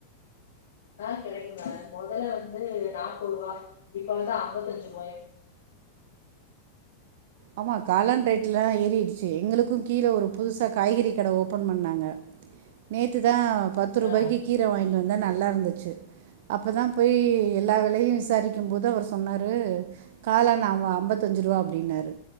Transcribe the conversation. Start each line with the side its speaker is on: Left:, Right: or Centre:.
Left: ஆஹ் கிடைக்குமே முதல்ல வந்து நாப்பது ரூபா இப்ப வந்து ஐம்பத்தஞ்சு ரூவாய
Right: ஆமா காலான் ரேட்லாம் ஏறிடுச்சு எங்களுக்கும் கீழே ஒரு புதுசா காய்கறி கடை ஓபன் பண்ணாங்க நேத்துதான் பத்து ரூபாய்க்கு
Left: ஆ
Right: கீரை வாங்கிட்டு வந்த நல்லா இருந்துச்சு அப்பதான் போய் எல்லா வேலையும் விசாரிக்கும் போது அவர் சொன்னாரு காலான ஐம்பத்தஞ்ச ரூபா அப்படின்னாரு